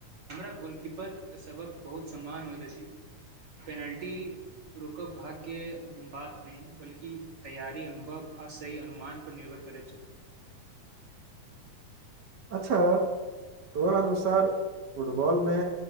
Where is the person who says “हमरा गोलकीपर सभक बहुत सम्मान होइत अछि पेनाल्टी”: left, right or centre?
Right